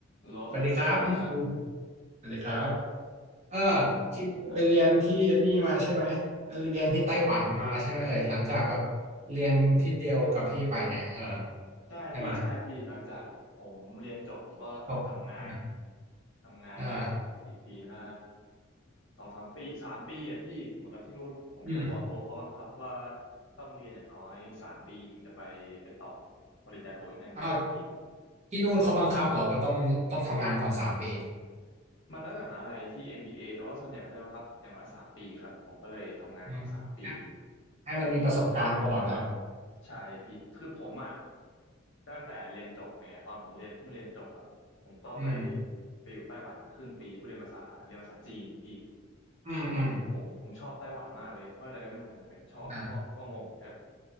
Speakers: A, on the left; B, on the right.
A: โหลสครับพี่โชตา
B: สวัสดีครับพี่คิวสวัสดีครับเออ
A: เป็นไงบ้างพี่อ่ะ
B: คิวไปเรียนที่อันนี่มาใช่ไหมไปเรียนที่ไต้หวันมาใช่ไหมเอ่ยหลังจากแบบเรียนที่เดียวกับพี่ไปเนี่ยเออ
A: ใช่พี่ใช่พี่หลังจากผมเรียนจบผมก็ทำงาน
B: ใช่ไหมครับอืม
A: ทำงานได้สักกี่ปีนะ
B: อ่า
A: สองสามปีสามปีอ่ะพี่เหมือนกับที่นู่นผมเรียนปอโทเขาบังคับว่า
B: อืม
A: ต้องเรียนอย่างน้อยสามปีถึงจะไปไปต่อปริญญาโทที่นั่นได้พี่
B: เอาที่นู่นเขาบังคับเหรอว่าต้องต้องทำงานก่อนสามปี
A: มันแล้วแต่มหาลัยพี่ MBA แต่ว่าส่วนใหญ่เขาจะบังคับอย่างน้อยสามปีครับผมก็เลยทำงานก่อนสามปี
B: อืมให้มันมีประสบการณ์ก่อนเนาะ
A: ใช่พี่คือผมอ่ะตั้งแต่เรียนจบไงตอนผมเรียนเพิ่งเรียนจบอ่ะผมก็ไป
B: อืม
A: ไปอยู่ไต้หวันครึ่งปีเพื่อเรียนภาษาเรียนภาษาจีนพี่
B: อืมอืม
A: เพราะผมผมผมชอบไต้หวันมากเลยเพราะอะไรก็ไม่รู้กันทำไมถึงชอบก็ก็งงกัน
B: อ่า